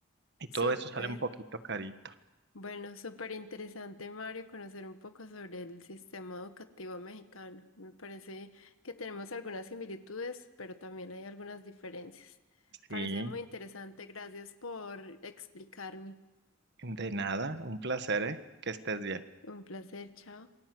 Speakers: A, on the right (about 55°); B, on the left (about 75°).
A: Y
B: súper.
A: todo eso sale un poquito carito.
B: Bueno, súper interesante, Mario, conocer un poco sobre el sistema educativo mexicano. Me parece que tenemos algunas similitudes, pero también hay algunas diferencias. Parece
A: Sí,
B: muy interesante. Gracias por explicarme.
A: de nada, un placer, ¿eh? Que estés bien.
B: Un placer, chao.